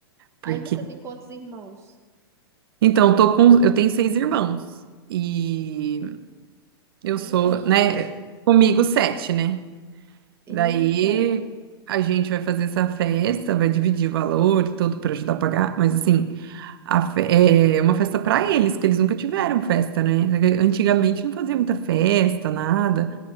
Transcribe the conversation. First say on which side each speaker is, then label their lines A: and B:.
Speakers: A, on the right (about 60°); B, on the right (about 20°).
A: Porque,
B: Aí você tem quantos irmãos?
A: então, tô com, eu tenho seis irmãos. E eu sou,
B: Menina.
A: né, comigo sete, né?
B: Eita,
A: Daí a gente vai fazer essa festa, vai dividir valor e tudo para ajudar a pagar, mas assim, a fe- é uma festa para eles, que eles nunca tiveram festa, né? Antigamente não fazia muita festa, nada.